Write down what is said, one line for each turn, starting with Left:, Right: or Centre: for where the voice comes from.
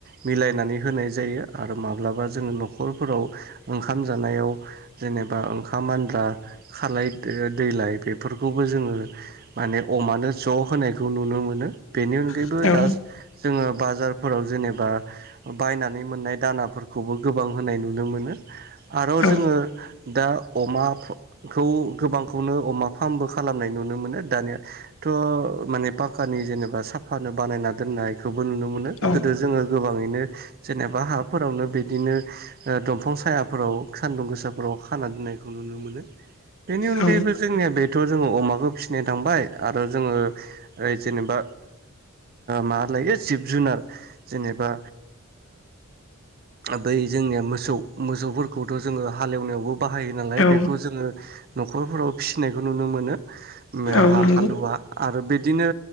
Right: मिलाय फायनानै होनाय जायो आरो माब्लाबा जोङो न'खरफोराव ओंखाम जानायाव जेनेबा ओंखाम मानद्रा खालाय दैलाय बेफोरखौबो जोङो माने अमानो ज' होनायखौ नुनो मोनो बेनि अनगायैबो
Left: औ औ
Right: दा जोङो बाजारफोराव जेनेबा बायनानै मोननाय दानाफोरखौबो गोबां होनाय नुनो मोनो आरो जोङो
Left: औ
Right: दा अमाखौ गोबांखौनो अमा फार्मबो खालामनाय नुनो मोनो दानियाथ' माने पक्कानि जेनेबा स आफानो बानायना दोननायखौबो नुनो मोनो
Left: औ
Right: गोदो जोङो गोबाङैनो जेनेबा हाफोरावनो बिदिनो बिदिनो दंफां सायाफोराव सान्दुं गोसाफोराव खाना दोननायखौ नुनो मोनो बेनि अनगायैबो
Left: औ
Right: जोंनिया बेथ' जोङो अमाखौ फिसिनो थांबाय आरो जोङो ओ जेनेबा माबा लायो जिब जुनार जेनेबा बै जोंनिया मोसौ मोसौफोरखौथ' जोङो हालेवनायावबो बाहायो नालाय
Left: औ
Right: बेखौ जोङो न'खरफोराव फिसिनायखौ नुनो मोनो बा
Left: औ नंगौ
Right: हालुवा आरो बे बिदिनो